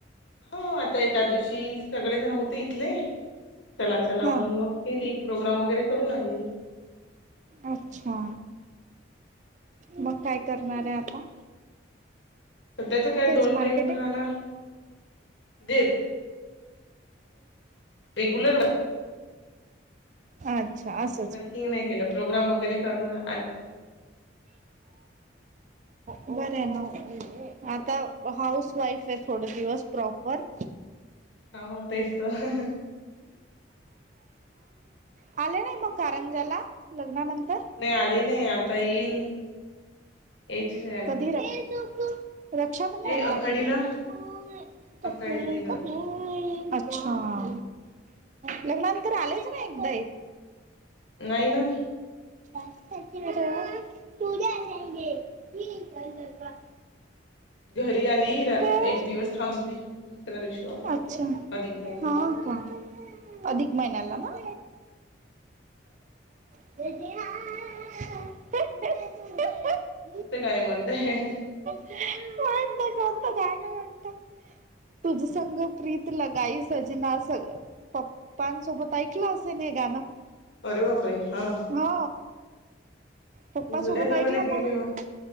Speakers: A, on the left (about 75°); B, on the right (about 40°).
A: हो. आता त्या दिवशी सगळे जण होते इथले. चला चला
B: हा
A: म्हणून मग गेली. प्रोग्राम वगैरे करून आली.
B: अच्छा! मग काय करणारे आता?
A: सध्याच काय
B: तेच
A: दोन
B: मार्केटिंग.
A: टाइम खाना जे रेगुलर वर‌.
B: अच्छा! आस
A: वर्किंग नाही केलं. प्रोग्राम वगैरे करूनअ
B: बर आहे मग. आता हाऊस वाईफ हाय थोडे दिवस प्रॉपर.
A: हाउ तेच तर. ह ह.
B: आले नाही मग कारंजाला लग्नानंतर.
A: नाही आली नाही आता येईल यायचीच आहे आणखी
B: कधी <unintelligible> रक्षाबंधनला
A: नाही आखाडीला
B: <unintelligible>
A: आखाडीला येईल आखाडीला
B: अच्छा लग्नानंतर आलेच नाही एकदाही
A: नाही ना
B: काय करतील तूझ्या संगे मी कळल का
A: घरी आली रा
B: अरे
A: एक दिवस थांबली दुसऱ्या दिवशी वा वापस
B: अच्छा
A: आलो अधिक महिना हू
B: हा का अधिक महिन्याला ना <unintelligible>
A: कोणते गाणे म्हणते हे हे
B: माहित नाही कोणत गाण म्हणतो तूज संंग प्रीत लगाई सजना अस पप्पांसोबत ऐकलं असेन हे गाणं
A: अरे बापरे हा
B: हा पप्पासोबत
A: जुन्या जमान्यात
B: ऐकलं म्हणून
A: गेली मग